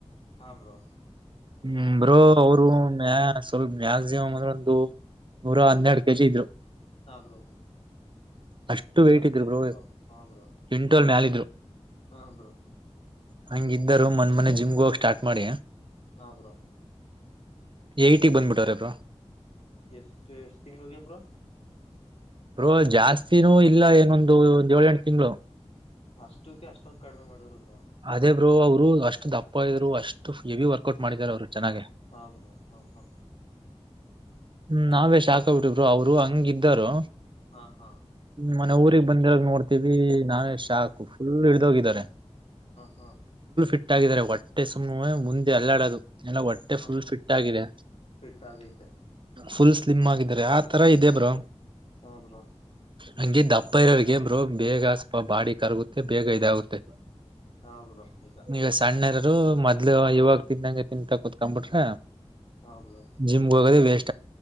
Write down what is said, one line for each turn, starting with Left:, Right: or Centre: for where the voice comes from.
Left: ಹಾ ಬ್ರೋ
Right: ಹ್ಮ್ ಬ್ರೋ ಅವರು ಸ್ವಲ್ಪ ಮ್ಯಾಕ್ಸಿಮಮ ಅಂದ್ರೆ ಒಂದು ನೂರ
Left: ಹ್ಮ್
Right: ಹನ್ನೆರಡು ಕೆಜಿ ಇದ್ರು
Left: ಹಾ ಬ್ರೋ
Right: ಅಷ್ಟು ವೇಟ್
Left: ಜಾಸ್ತಿ
Right: ಇದ್ರರು
Left: ಇದ್ರ
Right: ಬ್ರೋ <inaudible>
Left: ಹಾ ಬ್ರೋ
Right: ಕ್ವಿಂಟಲ್ ಮ್ಯಾಲ
Left: ಹಾ ಬ್ರೋ
Right: ಹಂಗೆ ಇದ್ದರು ಮನ್ ಮನೆ ಜಿಮ್ಗೆ ಹೋಗಿ ಸ್ಟಾರ್ಟ್ ಮಾಡಿ
Left: ಹಾ ಬ್ರೋ
Right: ಏಟಿಗೆ ಬಂದ್ಬಿಟ್ಟವ್ರೆ ಬ್ರೋ
Left: ಎಷ್ಟು ಎಷ್ಟ್ ತಿಂಗಳಿಗೆ ಬ್ರೋ
Right: ಬ್ರೋ ಜಾಸ್ತಿನೂ ಇಲ್ಲ ಏನೊಂದು ಒಂದ್ ಏಳು ಎಂಟು ತಿಂಗಳು
Left: ಅಷ್ಟಕ್ಕೆ ಅಷ್ಟೊಂದ್ ಕಡಿಮೆ ಮಾಡುದ್ರು ಬ್ರೋ
Right: ಅದೇ ಬ್ರೋ ಅವರು ಅಷ್ಟು ದಪ್ಪ ಇದ್ರು ಅಷ್ಟು ಹೆವಿ ವರ್ಕೌಟ್ ಮಾಡಿದಿದ್ದಾರೆ ಅವ್ರು ಚೆನ್ನಾಗ
Left: ಹಾ ಬ್ರೋ ಹಾ ಹಾ
Right: ಹ್ಮ್ ನಾವೇ ಶಾಖ ಆಗ್ಬಿಟ್ಟಿದರು ಅವರು ಹಂಗಿದ್ದರು
Left: ಹಾ ಹಾ
Right: ಮನೆ ಊಗ್ ಬಂದಾಗ ನೋಡ್ತೀವಿ ನಾನೇ ಶಾಕ್ು
Left: ಹಾ
Right: ಫುಲ್ ಹಿಡ್ದೋಗಿದಿದ್ದಾರೆ
Left: ಹಾಂ
Right: ಇಟ್ಟಾಗಿದ್ದಾರೆ ಹೊಟ್ಟೆ ಸುಮ ಮುಂದೆ ಅಲ್ಲಾಡೋದು ಎಲ್ಲ ಹೊಟ್ಟೆ
Left: ಹಾ
Right: ಫುಲ್
Left: ಹಾ ಹಾ
Right: ಫಿಟ್ ಆಗಿದೆ
Left: ಫಿಟ್ ಆಗೈತೆ
Right: ಫುಲ್ ಸ್ಲಿಮ್ ಆಗಿದಿದ್ದಾರೆ ಆ ತರ ಇದೆೇ ಬ್ರೋ
Left: ಹಾ ಬ್ರಾ
Right: ಹಂಗಿದ್ದ ಅಪ್ಪ ಇರೋರ್ ಗೇಮರು ಬೇಗ ಸ್ವಲ್ಪ ಬಾಡಿ ಕರಗುತ್ತೆ ಬೇಗ ಇದಾಗುತ್ತೆ
Left: ಹಾ ಬ್ರೋ ಈಜ
Right: ಈಗ ಸಣ್ಣರರು ಮೊದ್ಲು ಇವಾಗ ತಿಿಂದಂ ತಿಂತಂತಾ ಕೂತ್ಕೊಂಡ್ಬಿಟ್ರ
Left: ಹಾ ಬ್ರೋ
Right: ಜಿಮ್ಗೆ ಹೋಗೋದ ವೇಸ್